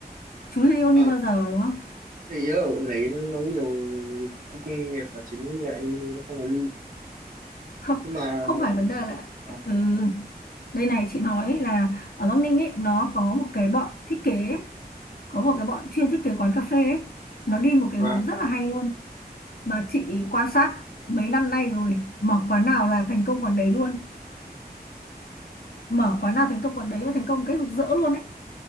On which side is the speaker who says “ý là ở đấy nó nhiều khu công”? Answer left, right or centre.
Right